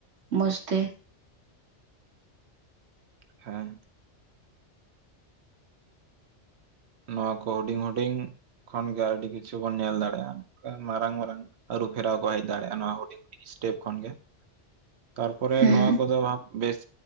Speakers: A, on the right; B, on the right.
A: ᱢᱚᱸᱡᱽ ᱛᱮ
B: ᱦᱮᱸᱻ᱾ ᱱᱚᱣᱟ ᱠᱚ ᱦᱩᱰᱤᱧ ᱦᱩᱰᱤᱧ ᱠᱷᱚᱱ ᱜᱮᱮ ᱟᱹᱰᱤ ᱠᱤᱪᱷᱩ ᱵᱚᱱ ᱧᱮᱞ ᱠᱷᱚᱱ ᱜᱮ ᱟᱹᱰᱤ ᱠᱤᱪᱷᱩ ᱵᱚᱱ ᱧᱮᱞ ᱫᱟᱲᱮᱜᱼᱟ᱾ ᱢᱟᱨᱟᱝ ᱢᱟᱨᱟᱝ ᱟᱹᱨᱩ ᱯᱷᱮᱨᱟᱣ ᱠᱚ ᱦᱮᱡ ᱫᱟᱲᱮᱜᱼᱟ᱾ ᱱᱚᱣᱟ ᱦᱩᱰᱤᱧ ᱤᱥᱴᱮᱯ ᱠᱷᱚᱱ ᱜᱮ ᱛᱟᱨᱯᱚᱨᱮ
A: ᱦᱩᱸ
B: ᱱᱚᱣᱟ ᱠᱚᱫᱚ ᱵᱮᱥ